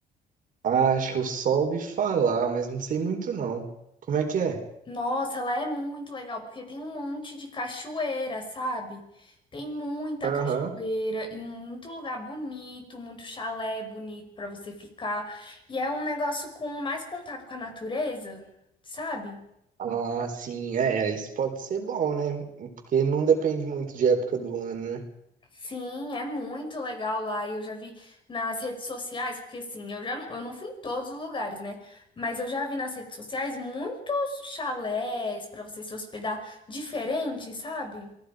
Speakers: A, on the right; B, on the left.
A: Ah, acho que eu só ouvi falar, mas não sei muito não. Como é que é?
B: Nossa, lá é muito legal, porque tem um monte de cachoeira, sabe? Tem muita
A: Aham.
B: cachoeira e muito lugar bonito, muito chalé bonito pra você ficar. E é um negócio com mais contato com a natureza, sabe?
A: Ah, sim, é, é, isso pode ser bom, né? Porque não depende muito de época do ano, né?
B: Sim, é muito legal lá. E eu já vi nas redes sociais, porque assim, eu já não, eu não fui em todos os lugares, né? Mas eu já vi nas redes sociais muitos chalés pra você se hospedar diferente, sabe?